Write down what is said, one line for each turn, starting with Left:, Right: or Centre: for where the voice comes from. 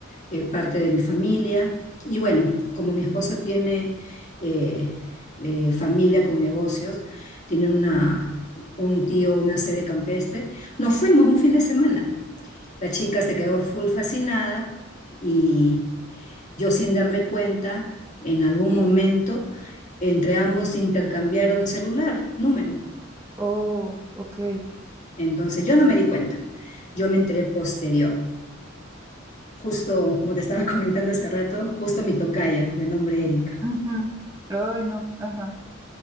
Left: eh, parte de mi familia. Y bueno, como mi esposo tiene eh, eh, familia con negocios, tiene una, un tío, una sede campestre, nos fuimos un fin de semana. La chica se quedó full fascinada y yo sin darme cuenta, en algún momento, entre ambos intercambiaron celular, número.
Right: Oh, ok.
Left: Entonces yo no me di cuenta, yo me enteré posterior, justo como te estaba <laughs> comentando hace rato, justo mi tocaya de nombre Erika.
Right: Ujú. Ay, no, ajá,